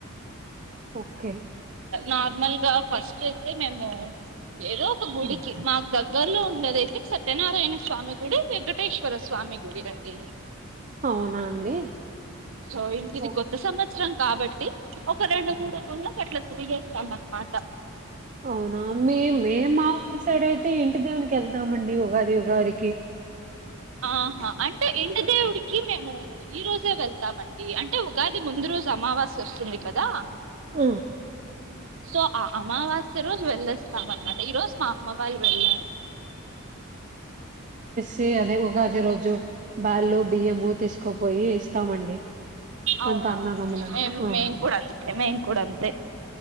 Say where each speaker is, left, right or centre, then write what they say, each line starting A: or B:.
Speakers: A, on the right (about 35°); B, on the right (about 65°).
A: ఓకే
B: నార్మల్ గా ఫస్ట్ అయితే మేము ఏదో ఒక గుడికి
A: ఉమ్,
B: మాకు దగ్గర్లో ఉన్నదైతే సత్యనారాయణ స్వామి గుడి వెంకటేశ్వర స్వామి గుడి అండి
A: అవునా అండి
B: సొ ఇంకిది
A: ఓ
B: కొత్త సమ అవసరం కాబట్టి ఒక రెండు మూడు గుంలకు అట్లా తిరిగేస్తాం అనమాట
A: అవునా మే మే మా ఊరు సైడ్ అయితే ఇంటి దేవునికి వెళ్తామండి ఉగాది ఉగాది కి
B: ఆహా అంటే ఇంటి దేవుడికి మేము ఈ రోజే వెళ్తామం అండీ అంటే ఉగాది ముందు రోజు అమావాస్య వస్తుంది కదా
A: ఆ
B: సో ఆ అమావాస్య రోజు వెళ్ళస్తాం అనమాట ఈ రోజు మా అమ్మ వాళ్ళు వెళ్ళారు
A: అదే అదే ఉగాది రోజు బాళ్ళు బియ్యము తీసుకోపోయి ఇస్తామండి
B: అవునవును
A: అంత అన్నదమ్ములంతా
B: మేం
A: ఆ
B: మేం కూడా అంతే మేం కూడా అంతే